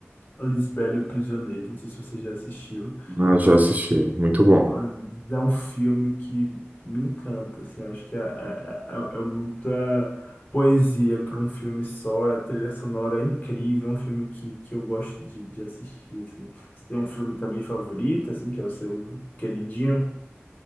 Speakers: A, on the left; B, on the right.
A: Lisbela e o Prisioneiro, não sei se você já assistiu.
B: Ah, já assisti, muito bom.
A: Mas É um filme que me encanta, assim, acho que é, é, é, é é muita poesia para um filme só, a trilha sonora é incrível, é um filme que, que eu gosto de, de assistir, assim. Você tem um filme também favorito, assim, que é o seu queridinho?